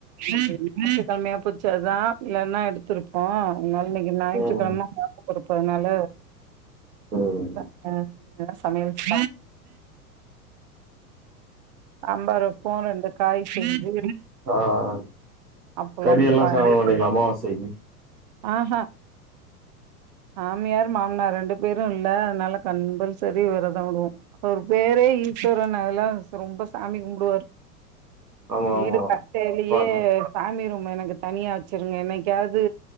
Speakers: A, on the right; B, on the right.
A: ஞாயிற்று கெழமயா போச்சி அதா இல்லன்னா எடுத்துருப்போ அதனால இன்னைக்கு ஞாயிற்றுக்கெழம
B: ம்
A: மாசப்பொறப்பு அதனால
B: ம்
A: ஆ ன சமையல் <inaudible> சாம்பாருக்கு ரெண்டு காய் செஞ்சு
B: ஆஹ் ஆ
A: அப்பளம்
B: கறி எல்லா
A: பாயாசம்
B: சாப்ட மாட்டிங்ளா அமாவாசைக்கு
A: ஆஹா மாமியார் மாமனார் ரெண்டு பேரு இல்ல அதனால கம்பல்சரி வெரத் <unintelligible> அவரு பேரே ஈஸ்வரன் அதெல்லா ரொம்ப சாமி கும்பிடுவாரு
B: ஆமா
A: வீடு
B: ஆமா
A: கட்டேலயே
B: பாத்தே
A: சாமி ரூம் எனக்கு தனியா வச்சிருங்க என்னைக்காவது